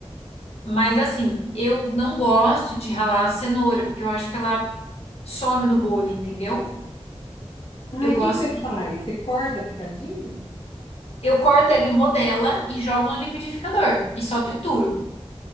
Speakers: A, on the left; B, on the left.
A: Mas assim, eu não gosto de ralar a cenoura, porque eu acho que ela some no bolo, entendeu?
B: Ai,
A: Eu gosto
B: o que que você
A: de.
B: faz? Você corta picadinho?
A: Eu corto ela em rodela e jogo no liquidificador e só trituro.